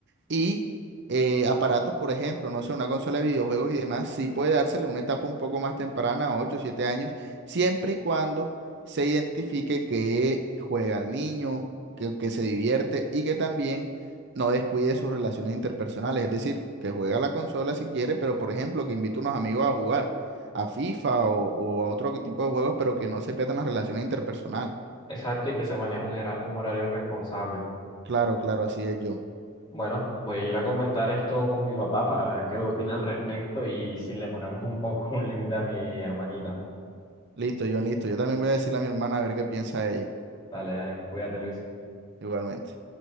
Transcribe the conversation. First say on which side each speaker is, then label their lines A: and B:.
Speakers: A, on the right (about 55°); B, on the left (about 20°).
A: y eh, aparatos, por ejemplo, no sé, una consola de videojuegos y demás, sí puede dársele una etapa un poco más temprana, 8 7 años, siempre y cuando se identifique que juega al niño, que, que se divierte y que también no descuide sus relaciones interpersonales, es decir, que juega la consola si quiere, pero por ejemplo, que invite a unos amigos a jugar a FIFA o, o a otro tipo de juegos, pero que no se pierdan las relaciones interpersonales.
B: Exacto, y que se maneje un, hora- un horario responsable.
A: Claro, claro, así es, John.
B: Bueno, voy a ir a comentar esto con mi papá para ver qué opina al respecto y si le ponemos un poco un límite a mi hermanita.
A: Listo, John, listo. Yo también voy a decirle a mi hermana a ver qué piensa ella,
B: Dale, dale, cuídate, Luis.
A: igualmente.